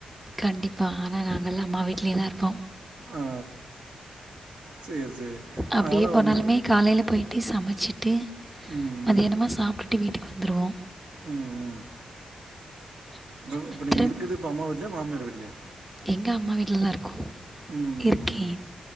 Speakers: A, in the centre; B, on the right (about 50°).
A: கண்டிப்பா ஆனா நாங்கலா அம்மா வீட்லயேதா இருப்போ
B: ஆ சேரி சேரி
A: அப்டியே
B: அதனால
A: போனாலுமே
B: வந்து
A: காலைல போயிட்டு சமச்சுட்டு
B: ம் ம்
A: அது என்னமோ சாப்டுட்டு வீட்டுக்கு வந்துருவோ
B: ம் ம் இப்ப நீங்க
A: திரும்ப
B: இருக்கறது இப்ப அம்மா வீட்லயா மாமியார் வீட்லயா
A: எங்க அம்மா வீட்லதா இருக்கோ
B: ம் ம்
A: இருக்கேன்